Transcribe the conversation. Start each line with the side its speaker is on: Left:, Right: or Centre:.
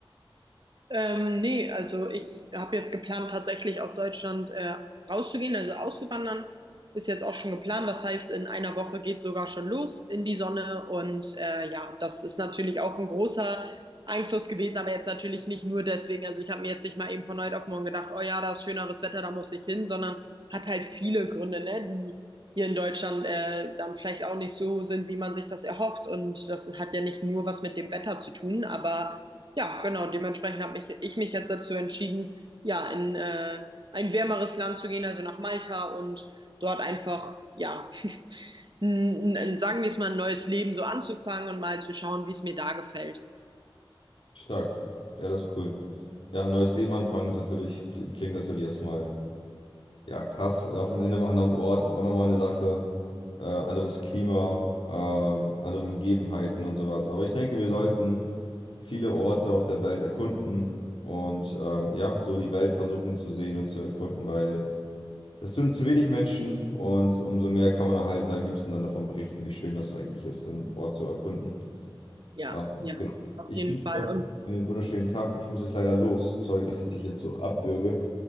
Right: Ähm, nee, also ich habe jetzt geplant, tatsächlich aus Deutschland äh, rauszugehen, also auszuwandern. Ist jetzt auch schon geplant. Das heißt, in einer Woche geht's sogar schon los in die Sonne. Und äh, ja, das ist natürlich auch ein großer Einfluss gewesen, aber jetzt natürlich nicht nur deswegen. Also ich habe mir jetzt nicht mal eben von heute auf morgen gedacht, oh ja, da ist schöneres Wetter, da muss ich hin, sondern hat halt viele Gründe, ne, die hier in Deutschland äh, dann vielleicht auch nicht so sind, wie man sich das erhofft. Und das hat ja nicht nur was mit dem Wetter zu tun, aber ja, genau. Dementsprechend habe mich, ich mich jetzt dazu entschieden, ja, in äh, ein wärmeres Land zu gehen, also nach Malta und dort einfach, ja, n, n, sagen wir es mal, ein neues Leben so anzufangen und mal zu schauen, wie es mir da gefällt.
Left: Stark. Ja, das ist cool. Ja, ein neues Leben anfangen ist natürlich, klingt natürlich erstmal ja krass. Auf in einem anderen Ort ist auch nochmal eine Sache. Äh, anderes Klima, ähm, andere Gegebenheiten und sowas. Aber ich denke, wir sollten viele Orte auf der Welt erkunden und ähm, ja, so die Welt versuchen zu sehen und zu erkunden, weil das tun zu wenig Menschen und umso mehr kann man halt seinen Liebsten dann davon berichten, wie schön das eigentlich ist, so einen Ort zu erkunden.
Right: Ja,
Left: Ähm,
Right: ja,
Left: genau.
Right: auf
Left: Ich
Right: jeden
Left: wünsche
Right: Fall.
Left: dir auf
Right: Und,
Left: jeden Fall einen wunderschönen Tag. Ich muss jetzt leider los. Sorry, dass ich dich jetzt so abwürge.